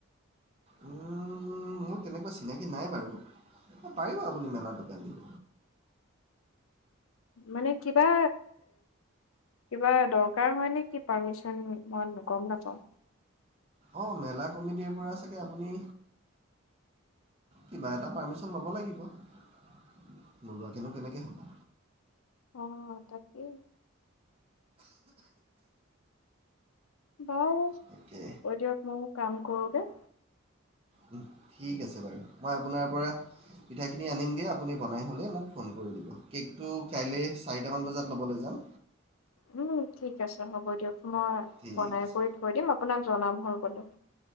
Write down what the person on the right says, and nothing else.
উম, মোৰ তেনেকুৱা চিনাকী নাই বাৰু পাৰিব আপুনি মেলা দোকান দিব
অ' মেলা কমিটিৰ পৰা চাগে আপুনি কিবা এটা পাৰ্মিশন ল'ব লাগিব নোলোৱাকিনো কেনেকৈ হ'ব
তাকে
উম, ঠিক আছে বাৰু মই আপোনাৰ পৰা পিঠাখিনি আনিমগে আপুনি বনাই হ'লে মোক ফোন কৰি দিব কেকটো কাইলৈ চাৰিটামান বজাত ল'বলৈ যাম।
ঠিক
আছে